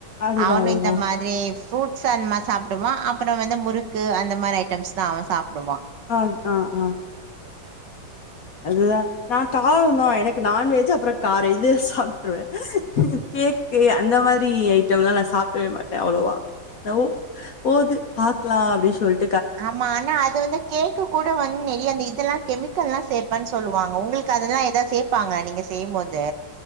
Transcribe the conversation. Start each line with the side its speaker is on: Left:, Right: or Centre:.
Left: அதுதா
Right: அவனு
Left: அதுதா
Right: இந்த மாதிரி ஃப்ரூட் ஸு அந்தமாரி சாப்டுவா அப்புற வந்து முறுக்கு அந்த மாரி ஐட்டம்ஸ் தா அவன் சாப்டுவா
Left: ஆ ஆ ஆ அதுதா நா காரந்தா எனக்கு நான்வெஜ் அப்புற கார இது சாப்ட்டுருவ கேக்கு அந்த மாரி ஐட்டம்லா நா சாப்டவே மாட்ட அவ்ளோவா லவ் போது பாக்கலா அப்டி சொல்ட்
Right: ஆமா ஆனா அது வந்து கேக்கு கூட வந்து நெறைய அந்த இதெல்லா கெமிக் கல்லா சேப்பேன்னு சொல்லுவாங்க உங்களுக்கு அதெல்லா ஏதாது சேப்பாங்க நீங்க செய்யும் போது